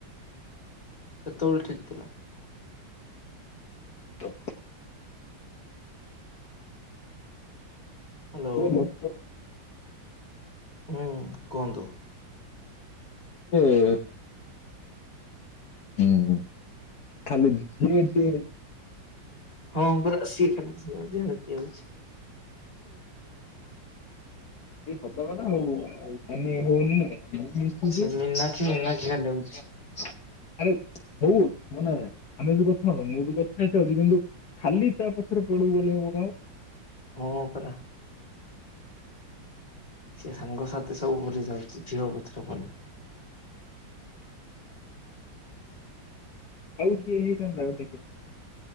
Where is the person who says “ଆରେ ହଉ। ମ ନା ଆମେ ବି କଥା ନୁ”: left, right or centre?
Left